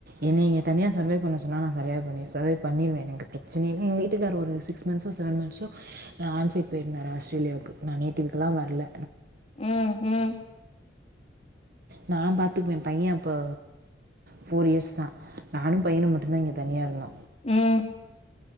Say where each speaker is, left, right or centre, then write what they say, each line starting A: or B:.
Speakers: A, on the right (about 55°); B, on the left (about 35°).
A: என்னேய தனியா சர்வே பண்ண சொன்னால் நா சரவே பண்ணின் சர்வே பண்ணிடுவேன் எனக்குபிரச்சனையே இல்லைஎங்கவீட்டுக்கார் ஒரு சிக்ஸ் மந்த்ஸோ செவன் மந்த்தஸ ஆன்சி போயிருந்தாரு ஆஸ்தரேலாவுக்கு நேட்டிவுக்குலா வர்ல
B: ம் ம்
A: நா பாத்துக்குவே பைய அப்போ ஃபோர் இயர்ஸ் தா நானு பையனு மட்டு்தா இங்க தனியா இருந்தோ
B: ம்